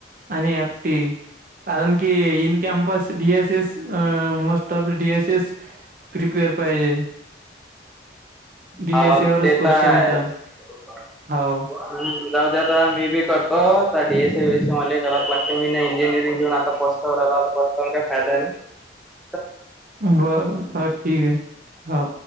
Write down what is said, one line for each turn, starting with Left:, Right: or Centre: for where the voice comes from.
Right: आणि एफ टी ई. कारण की in campus D S S, uh most of D S S prepare पाहिजे. <inaudible> डी
Centre: हो
Right: एस ए वरच
Centre: ते
Right: क्वेश्चन
Centre: तर आहेच.
Right: येत.
Centre: <inaudible>
Right: हाव.
Centre: हम्म जाऊदे आता मी बी करतो तर D S C B S C मले करावचं लागतंय मी ना इंजिनिअरिंग घेऊन आता फस तवरालो आता पस्तावून काय फायदा नाय.
Right: बरं हा ठीक आहे हा.